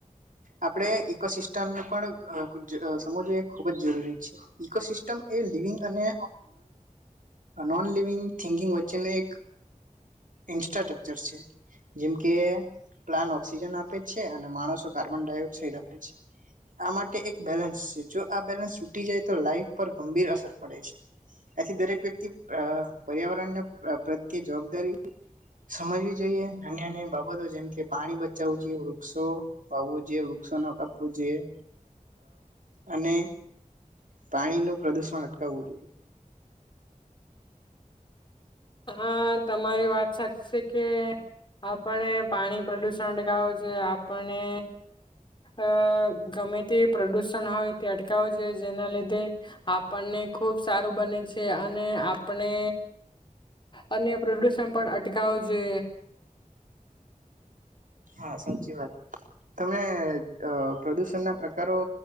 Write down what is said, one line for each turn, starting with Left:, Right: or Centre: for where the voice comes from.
Right: આપણે ઈકોસિસ્ટમને પણ સમજવું એ ખૂબ જ જરૂરી છે. ઈકોસિસ્ટમ એ લિવિંગ અને નોન લિવિંગ થિન્કિંગ વચ્ચેનું એક ઇન્ફ્રાસ્રકચર છે જેમકે પ્લાન ઓક્સિજન આપે છે અને માણસો કાર્બન ડાયોક્સાઇડ આપે છે આ માટે એક બેલેન્સ. જો, આ બે. તો લાઈફ પર ગંભીર અસર પડે છે, આથી દરેક વ્યક્તિ, પર્યાવરણને પ્રત્યે જવાબદારી. સમજવી જોઈએ, અન અન્ય બાબતો જેમ કે પાણી બચાવવું જોઈએ, વૃક્ષો વાવવું જોઈએ. ન કાપવું જોઈ, અને. પાણી, ન પ્રદુષણ અટકાવવું જોઈએ.
Left: હ તમારી વાત સાચી છે, કે આપણે પાણી પ્રદુષણ અટકાવવું જોઈએ આપણે અ ગમે તે પ્રદુષણ હોય તે અટકાવ જોઈએ, જેના લીધે આપણને ખુબ સારું બને છે, અને આપણે. અને પ્રદુષણ, પણ અટકાવ જો.
Right: હા, સાચી વાત તમને પ્રદુષણ ના પ્રકારો